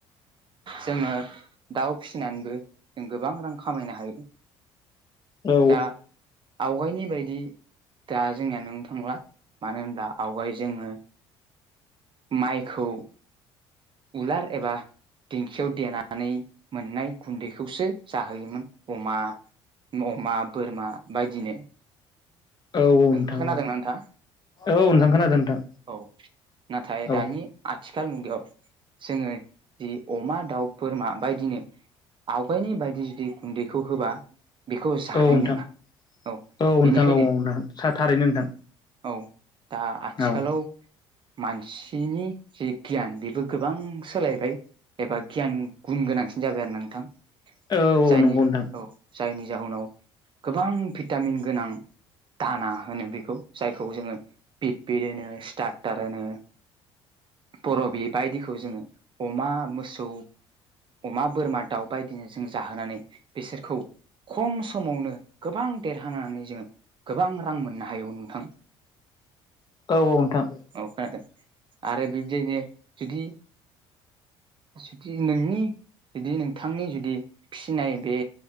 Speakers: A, on the right; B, on the left.
A: जोङो दाउ फिसिनानैबो जों गोबां रां खामायनो हायो।
B: औ
A: दा आवगायनि बायदि दा जोंनिया नों थांला मानो होना आवगाय जोंङो माइखौ उलार एबा दिेंखियाव देनानै मोननाय गुन्दैखौसो जाहोयोमोन अमा अमा बोरमा बायदिनो
B: औ औ नोंथां
A: खोनादोंना
B: औ
A: नोंथाङा
B: औ नोंथां खोनादों नोंथां।
A: औ नाथाय
B: औ
A: दानि आथिखाल मुगायाव जोंङो जि अमा दाउ बोरमा बायदिनो आवगायनि बायदि जुदि गुन्दैखौ होबा बेखौ जानाय
B: औ नोंथां
A: नंङा औ
B: नोंथां औ
A: बेनिखायनो
B: नोंथां थारैनो नोंथां
A: औ दा आथिखालाव
B: औ
A: मानसिनि जे गियान बेबो गोबां सोलायबाय एबा गियान गुन गोन गोनांसिन जाबाय आरो नोंथां
B: औ औ
A: जायनि
B: नंगौ नोंथां
A: औ जायनि जाउनाव गोबां भिटामिन गोनां दाना होनो बेखौ जायखौ जोंङो बिटपिट होनो स्टार्टार होनो बरबि बायदिखौ जोंङो अमा मोसौ अमा बोरमा दाउ बायदिनो जों जाहोनानै बिसोरखौ खम समावनो गोबां देरहानानै जोंङो गोबां रां मोननो हायो नोंथां
B: औ नोंथां
A: औ खोनादों आरो बिबदियैनो जुदि जुदि नोंनि बिदि नों थांनि जुदि फिसिनाय बे